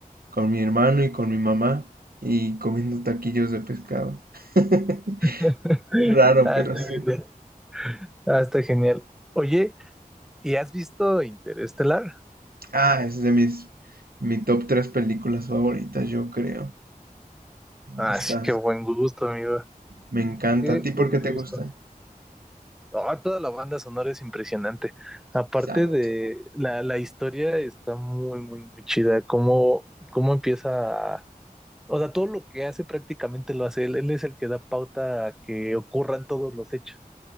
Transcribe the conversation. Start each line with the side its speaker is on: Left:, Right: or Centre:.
Right: con mi hermano y con mi mamá y comiendo taquillos de pescado. <laughs>
Centre: <laughs>
Right: Raro,
Centre: Ah,
Right: pero
Centre: está
Right: sí.
Centre: genial. Ah, está genial. Oye, ¿y has visto Interestelar?
Right: Ah, es de mis mi top tres películas favoritas, yo creo.
Centre: Ah,
Right: Esta
Centre: sí, qué buen gusto, amigo.
Right: me encanta.
Centre: Qué
Right: ¿A ti por
Centre: buen
Right: qué te
Centre: gusto.
Right: gusta?
Centre: Ah, toda la banda sonora es impresionante. Aparte
Right: Exacto.
Centre: de la, la historia está muy, muy, muy chida. Cómo, cómo empieza a- O sea, todo lo que hace prácticamente lo hace él. Él es el que da pauta a que ocurran todos los hechos.